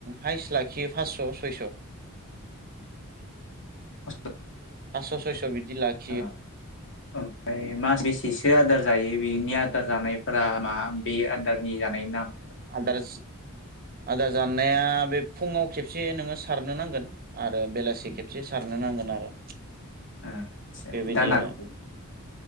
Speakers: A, on the right (about 45°); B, on the left (about 60°).
A: हाइस्ट लाखियो फास्स' सयस'
B: <inaudible>
A: पासस' सयस' बिदि लाखि
B: ओ ओमफ्राय मास बेसेसो आदार जायो बेनि आदार जानायफोरा मा बे आदारनि जानायनि नाम
A: आदार आदार जानाया बे फुङाव खेबसे नोङो सारनो नांगोन आरो बेलासि खेबसे सारनो नांगोन आरो
B: ओ आचा
A: बेबायदि
B: दानाखौ
A: आरो